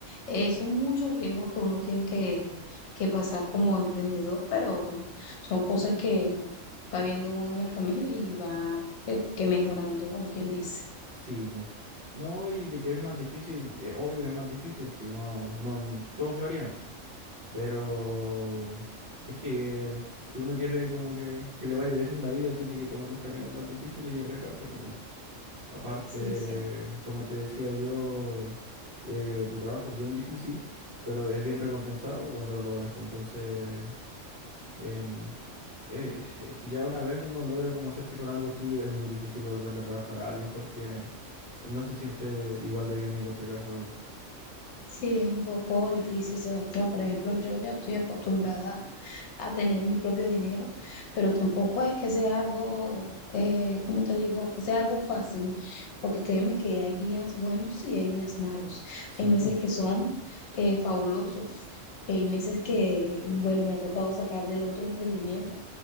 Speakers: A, on the left; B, on the right.
A: Eh, son muchos riesgos que uno tiene que que pasar como emprendedor, pero bueno, son cosas que va viendo uno en el camino y va eh, que mejorando, como quien dice.
B: Sí, pues. No, y de que es más difícil, eh, obvio que es más difícil, si no, no todos lo harían, po. Pero es que si uno quiere como que, que le vaya <laughs> bien en la vida, tiene que tomar los caminos más difíciles y arriesgarse, pues bueno. Aparte,
A: Sí, sí.
B: como te decía yo, eh, tu trabajo es bien difícil, pero es bien recompensado cuando lo logras, pues entonces Em, eh, es, es que ya una vez uno logra como hacerse con algo suyo, es muy difícil volverle a trabajar a alguien porque eh, no se siente igual de bien ni por si acaso. weón.
A: Sí, es un poco difícil, Sebastián. Por ejemplo, yo ya estoy acostumbrada a tener mi propio dinero, pero tampoco es que sea algo, eh, ¿cómo te digo? Que sea algo fácil, porque créeme que hay días buenos y hay días malos.
B: Sí,
A: Hay meses
B: pues,
A: que son eh, fabulosos, hay meses que, bueno, me ha tocado sacar del otro emprendimiento,